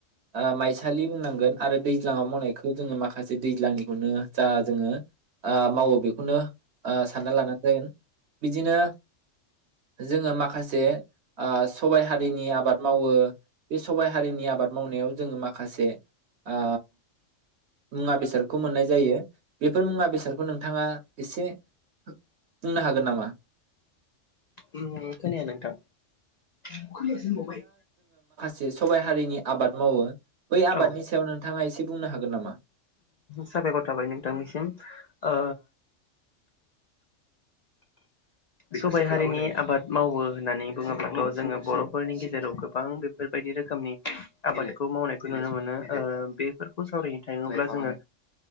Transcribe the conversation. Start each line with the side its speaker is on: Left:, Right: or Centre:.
Right: ओ माइसालि बुंनांगोन आरो दैज्लाङाव मावनायखो जोंङो माखासे दैज्लांनिखौनो जा जोंङो ओ मावो बेखौनो ओ सानना लाबानो जागोन बिदिनो जोंङो माखासे ओ सबाय हा रिनि आबाद मावो बे सबाय हारिनि आबाद मावनायाव जोंङो माखासे ओ मुवा बेसादखौ मोननाय जायो ‌ बेफोर मुंङा बेसे फोरखौ नोंथांङा इसे बुंनो हागोन नामा?
Left: उम खोनाया नोंथां खोनायासो होनबावबाय
Right: जे सबाय हारि नि आबाद मावो बै आबादनि
Left: औ
Right: सायाव नोंथांङा एसे बुंनो हागोन नामा?
Left: साबायखर थाबाय नोंथांनिसिम ओ सबाय हारिनि आबाद मावो होननानै बुङोब्लाथ' जोंङो बर'फोरनि गेजेराव गोबां बेफोरबायदि रोखोमनि आबादखौ मावनायखौ नुनो मोनो ओ बेफोरखौ सावरायनो थाङोब्ला जोंङो